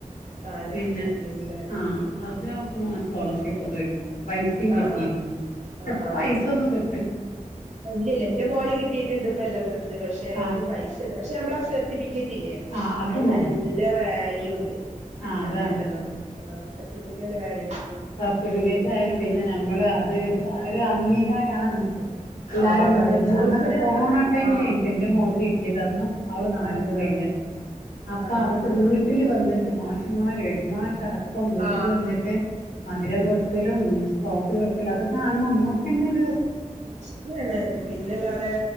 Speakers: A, on the right; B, on the left.
A: ആഹ് എൽ
B: പിന്നെ
A: എസ് എസ് കിട്ടിയിരുന്നുല്ലേ
B: ആഹ് അത് അവക്ക് മാ സ്കോളർഷിപ്പ് ഒക്കെ പൈസയും കിട്ടിരുന്നു
A: ആഹ് ആഹ്
B: പക്ഷെ
A: ആഹ് ആഹ്
B: പൈസ ഒന്നും കി
A: ഇല്ലില്ല എന്റെ മോന് കിട്ടിയിട്ടുണ്ട് ഇപ്പം എൽ എസ് എസ് പക്ഷെ
B: ആഹ്
A: അതിന് പൈസയില്ല പക്ഷെ നമ്മള് ആ സർട്ടിഫി ക്കറ്റില്ലേ
B: ആഹ് അതും
A: അതിന്
B: മതി
A: നല്ല വാ ലുഉണ്ട്
B: ആഹ് അതാണ്
A: അങ്ങനെ ഉണ്ടല്ലോ
B: അതാണ്
A: ആ സർട്ടിഫിക്കറ്റിന് നല്ല വാല്യു
B: സർട്ടിഫിക്കറ്റ് ആയാൽ പിന്നെ നമ്മള് അത് അംഗീകാര കാരമാണ്നമുക്ക് എല്ലാരും
A: ആ അതാണ്
B: മുൻപിന്ന്
A: ചോയ്ക്കട്
B: അന്നൊക്കെ കൊറോണ ടൈമിലന്റെ
A: ആ
B: മോൾക്ക് കിട്ട ഇതൊന്നും അവള് നാല്
A: അത്
B: കഴിഞ്ഞത് അപ്പൊ
A: ആ
B: അവൾക്ക് വീട്ടിൽ വന്നിട്ട് മാഷുമാര് ഹെഡ് മാഷ് അടക്കം ഇപ്പം വീട്ടില്
A: ആ
B: വന്നിട്ട് മധുരം കൊടു ക്കലും കോഫി കൊടുക്കലും അതൊക്കെ കാണുമ്പോൾ അമ്മ പിന്നെ ഇത്
A: ഇഷ്ടാണ് പിന്നല്ലാതെ